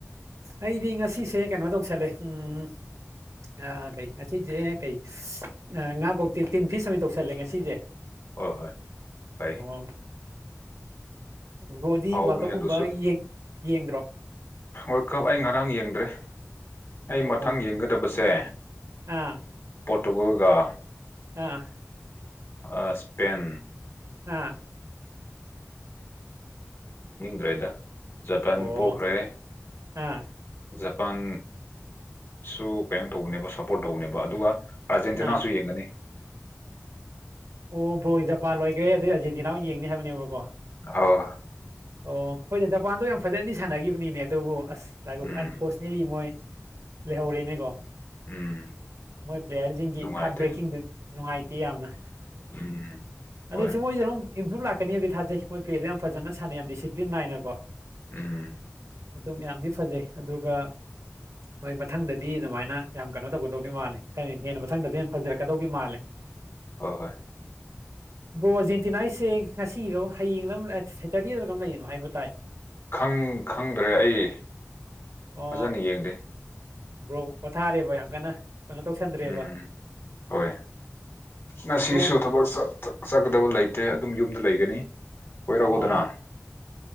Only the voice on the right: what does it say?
ꯑꯩꯗꯤ ꯉꯁꯤꯁꯦ ꯀꯩꯅꯣ ꯇꯧꯁꯜꯂꯦ ꯎꯝ ꯑ ꯀꯩ ꯉꯁꯤꯁꯦ ꯀꯩ ꯉꯥ ꯀꯧꯇꯦ ꯇꯤꯟ ꯐꯤꯁ ꯑꯃ ꯇꯧꯁꯜꯂꯦ ꯉꯁꯤꯁꯦ
ꯑꯣ ꯕ꯭ꯔꯣꯗꯤ
ꯋꯥꯔꯜ ꯀꯞꯀꯨꯝꯕ
ꯌꯦ ꯌꯦꯡꯗ꯭ꯔꯣ
ꯑꯣ
ꯑꯥ
ꯑꯥ
ꯑꯥ
ꯑꯣ
ꯑꯥ
ꯑꯥ
ꯑꯣꯕꯖꯄꯥꯟ ꯑꯣꯏꯣꯏ ꯑꯗꯨꯗꯩ ꯑꯥꯔꯖꯦꯟꯇꯤꯅꯥ ꯌꯦꯡꯅꯤ ꯍꯥꯏꯕꯅꯦꯕꯀꯣ
ꯑꯣ ꯍꯣꯏ ꯆ ꯖꯄꯥꯟꯗꯣ ꯌꯥꯝ ꯐꯖꯗꯤ ꯁꯥꯟꯅꯈꯤꯕꯅꯤꯅꯦ ꯑꯗꯨꯕꯨ ꯑꯁ ꯂꯥꯏꯕꯛ
ꯑꯟꯐꯣꯔꯆꯨꯅꯦꯠꯂꯤ ꯃꯣꯏ ꯂꯩꯍꯧꯔꯦꯅꯦꯀꯣ
ꯃꯣꯏ ꯄ꯭ꯂꯦꯌꯥꯔꯁꯤꯡꯒꯤ
ꯍꯥꯔꯠ ꯕ꯭ꯔꯦꯛꯀꯤꯡꯗꯨ ꯅꯨꯡꯉꯥꯏꯇꯦ ꯌꯥꯝꯅ
ꯑꯗꯨꯁꯨ ꯃꯣꯏꯁꯦ ꯑꯗꯨꯝ ꯏꯝꯄ꯭ꯔꯨꯞ ꯂꯥꯛꯀꯅꯤꯕꯗꯤ ꯊꯥꯖꯩ ꯃꯣꯏ ꯀ꯭ꯦꯗꯣ ꯌꯥꯝ ꯐꯖ ꯁꯥꯟꯅꯩ ꯌꯥꯝ ꯗꯤꯁꯤꯄ꯭ꯂꯤ ꯏꯅꯀꯣ
ꯑꯗꯨꯝ ꯌꯥꯝꯗꯤ ꯐꯖꯩ ꯑꯗꯨꯒ ꯍꯣꯏ ꯃꯊꯪꯗꯗꯤ ꯑꯗꯨꯃꯥꯏꯅ ꯌꯥꯝ ꯀꯩꯅꯣ ꯇꯧꯒꯗꯧꯅꯤ ꯃꯥꯜꯂꯦ ꯍꯥꯏ ꯍꯦꯟꯅ ꯃꯊꯪꯗꯗꯤ ꯌꯥꯝ ꯐꯖꯔꯛꯀꯗꯧꯗꯤ ꯃꯥꯜꯂꯦ
ꯕ꯭ꯔꯣꯖꯦꯟꯇꯤꯅꯥꯁꯦ ꯉꯁꯤꯔꯣ ꯍꯌꯦꯡꯡꯂ ꯁꯦꯇꯔꯗꯤꯗ ꯀꯔꯝ ꯂꯩꯅꯣ ꯍꯥꯏꯕ ꯇꯥꯏ
ꯑꯣ
ꯕ꯭ꯔꯣ ꯄꯣꯊꯥꯔꯦꯕ ꯌꯥꯝ ꯀꯟꯅ ꯀꯩꯅꯣ ꯇꯧꯁꯟꯗ꯭ꯔꯦꯕ
ꯕ꯭ꯔꯣ
ꯑꯣ